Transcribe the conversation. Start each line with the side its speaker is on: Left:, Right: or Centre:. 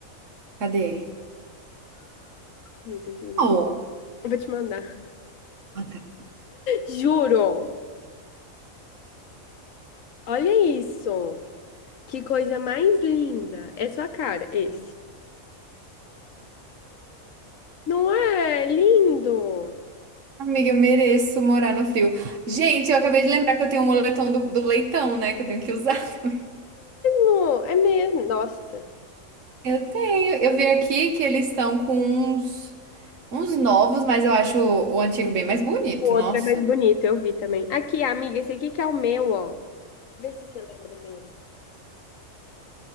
Right: cadê?
Left: Amiga, juro.
Right: Oh,
Left: Eu vou te mandar.
Right: ah, tá.
Left: Juro. Olha isso. Que coisa mais linda. É sua cara, esse. Não é lindo?
Right: Amiga, eu mereço morar no frio. Gente, eu acabei de lembrar que eu tenho um moletom do, do leitão, né? Que eu tenho que usar <laughs> também.
Left: Não, é mesmo. Nossa.
Right: Eu tenho. Eu vi aqui que eles estão com uns, uns novos, mas eu acho o antigo bem mais bonito.
Left: O
Right: Nossa.
Left: outro é mais bonito, eu vi também. Aqui, amiga, esse aqui que é o meu, ó. Vê se você lembra dele.